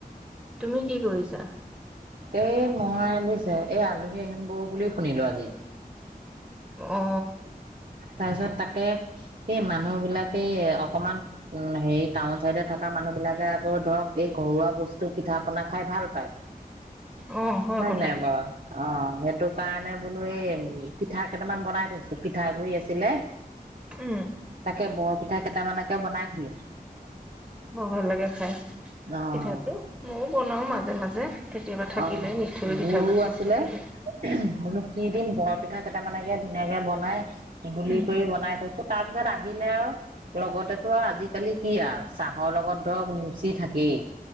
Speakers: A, in the centre; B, on the right.
A: তুমি কি কৰিছা?
B: এ মই বুজিছে এই আলহী আহিম বৌ বুলি শুনিলো আজি
A: অ
B: তাৰপিছত তাক কে এই মানুহ বিলাকে অকমান উ হেৰি টাউন চাইডে থকা মানুহ বিলাকে আকৌ ধৰক এই ঘৰুৱা বস্তু পিঠা পনা খাই ভাল পায়
A: অ হয় কথাটো
B: নাই বাৰু? অ সেইটো কাৰণে বোলো এই পিঠা কেইটামান বনাই থৈছো পিঠাগুৰি আছিলে
A: উম
B: তাকে বৰপিঠা কেইটামানকে বনাই থলো
A: বৰ ভাল লাগে খাই,
B: অ',
A: পিঠাটো ময়ো বনাও মাজে মাজে কেতিয়াবা থাকিলে
B: অ
A: মিঠৈ পিঠাগুৰি
B: গুৰো
A: চব
B: আছিলে
A: থাকিলে
B: মনো কি দিম বৰ পিঠা কেইটামানেকে ধুনীয়াকে বনাই ঘূলি
A: উম
B: কৰি বনাই থৈছো তাৰ পিছত আহিলে আৰু লগতেতো আৰু আজিকালি কি আ চাহৰ লগত ধৰক লুচি থাকেই